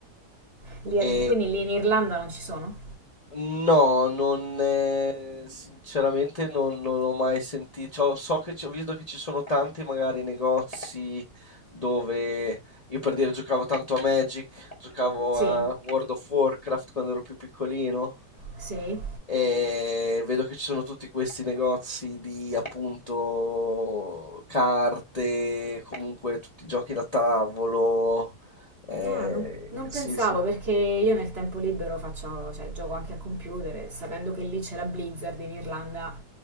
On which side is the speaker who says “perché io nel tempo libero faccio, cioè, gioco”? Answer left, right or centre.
Right